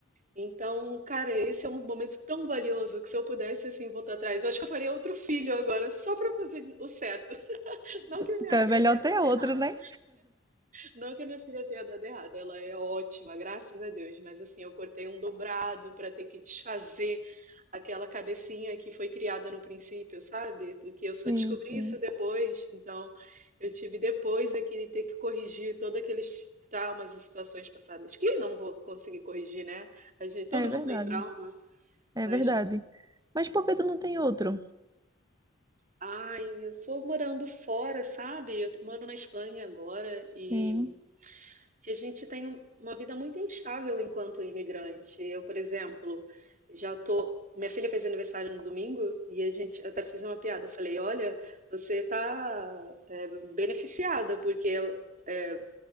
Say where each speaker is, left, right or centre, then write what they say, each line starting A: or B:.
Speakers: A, on the right; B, on the right.
A: Então, cara, esse é um momento tão valioso que se eu pudesse assim voltar atrás, eu acho que eu faria outro filho agora, só para fazer o certo. <laughs> Não que a minha
B: Então
A: filha
B: é melhor
A: tenha
B: ter
A: dado
B: outro,
A: errado.
B: né?
A: Não que a minha filha tenha dado errado, ela é ótima, graças a Deus, mas assim, eu cortei um dobrado para ter que desfazer aquela cabecinha que foi criada no princípio, sabe? Porque eu
B: Sim,
A: só descobri
B: sim.
A: isso depois, então eu tive depois é que ter que corrigir todos aqueles traumas e situações passadas, que não vou conseguir corrigir, né? A gente, todo
B: É
A: mundo
B: verdade.
A: tem trauma,
B: É
A: mas.
B: verdade. Mas por que tu não tem outro?
A: Ai, eu tô morando fora, sabe? Eu tô- moro na Espanha agora
B: Sim.
A: e. que a gente tem um- uma vida muito instável enquanto imigrante. Eu, por exemplo, já tô. Minha filha fez aniversário no domingo e a gente eu até fiz uma piada. Falei, olha, você tá é, beneficiada, porque eh,